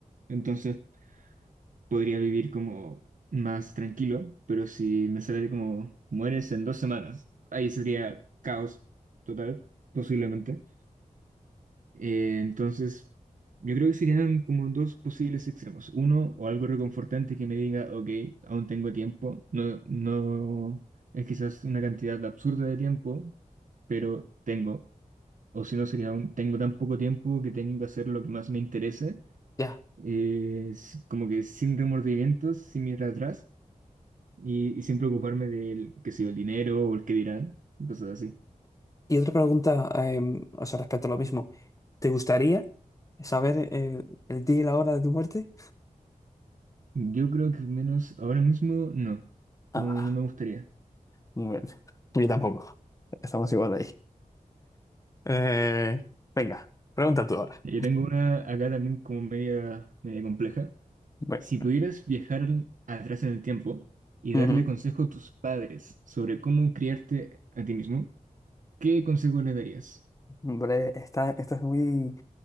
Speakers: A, on the right; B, on the left.
A: Entonces podría vivir como más tranquilo, pero si me sale como mueres en dos semanas, ahí sería caos total, posiblemente. Eh, entonces, yo creo que serían como dos posibles extremos. Uno, o algo reconfortante que me diga, ok, aún tengo tiempo. No, no es quizás una cantidad absurda de tiempo, pero tengo. O si no, sería un, tengo tan poco tiempo que tengo que hacer lo que más me interese,
B: Ya.
A: eh, s- como que sin remordimientos, sin mirar atrás y, y sin preocuparme del, que sé yo, el dinero o el que dirán, y cosas así.
B: Y otra pregunta, em, o sea, respecto a lo mismo. ¿Te gustaría saber el, el día y la hora de tu muerte?
A: Yo creo que al menos ahora mismo no,
B: Ah,
A: no, no me gustaría.
B: muy bien. Yo tampoco. Estamos igual ahí. Eh, venga, pregunta tú ahora.
A: Yo tengo una acá también como media, media compleja.
B: Bueno.
A: Si pudieras viajar atrás en el tiempo y
B: Ujú.
A: darle consejo a tus padres sobre cómo criarte a ti mismo, ¿qué consejo le darías?
B: Hombre, esta, esta es muy,